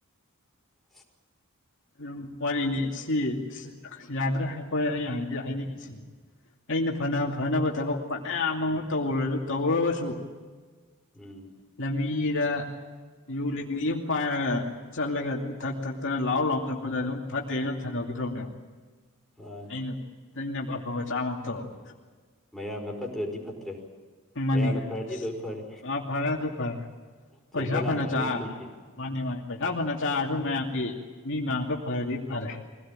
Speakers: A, in the centre; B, on the left.
A: <unintelligible>
B: ꯑꯗꯨꯝ ꯋꯥꯔꯤꯅꯤ ꯁꯤ ꯁꯤ ꯌꯥꯗ꯭ꯔꯦ ꯑꯩꯈꯣꯏ ꯑꯩ ꯍꯥꯏꯗꯤ ꯍꯥꯏꯅꯤꯡꯉꯤꯁꯤ ꯑꯩꯅ ꯐꯅ ꯐꯅꯕ ꯊꯕꯛ ꯐꯅꯌꯥꯝ ꯑꯃ ꯇꯧꯔꯒ ꯇꯧꯔꯒꯁꯨ
A: ꯎꯝ
B: ꯂꯝꯕꯤꯗ ꯌꯨ ꯂꯤꯛꯂꯤ ꯑꯝ ꯄꯥꯏꯔꯒ ꯆꯠꯂꯒ ꯑꯗꯨꯝ ꯊꯛ ꯊꯛꯇꯅ ꯂꯥꯎ ꯂꯥꯎ ꯆꯠꯄꯗ ꯑꯗꯨꯝ ꯐꯠꯇꯦꯅ ꯁꯟꯗꯣꯛꯈꯤꯗ꯭ꯔꯣꯕꯅꯦꯕ
A: ꯃꯥꯅꯦ
B: ꯑꯩꯅ ꯅꯪꯅ ꯑꯐꯕ ꯆꯥꯃ ꯑꯝ ꯇꯧꯔꯝꯕꯁꯨ
A: ꯃꯌꯥꯝꯅ ꯐꯠꯇ꯭ꯔꯗꯤ ꯐꯠꯇ꯭ꯔꯦ
B: ꯃꯥꯅꯤ
A: ꯃꯌꯥꯝꯅ ꯐꯔꯗꯤ
B: ꯑꯁ
A: ꯂꯣꯏ ꯐꯔꯦ
B: ꯑ ꯐꯔꯦ ꯑꯗꯨ ꯐꯔꯦ
A: ꯆꯨꯝꯕ
B: ꯄꯩꯁꯥ
A: ꯂꯥꯟꯕ
B: ꯐꯅ
A: ꯍꯥꯏꯕ
B: ꯆꯥ
A: ꯑꯃ ꯂꯩꯇꯦ
B: ꯑ ꯃꯥꯅꯤ ꯃꯥꯅꯤ ꯄꯩꯁꯥ ꯐꯅ ꯆꯥꯔꯁꯨ ꯃꯌꯥꯝꯒꯤ ꯃꯤ ꯃꯥꯡꯗ ꯐꯔꯗꯤ ꯐꯔꯦ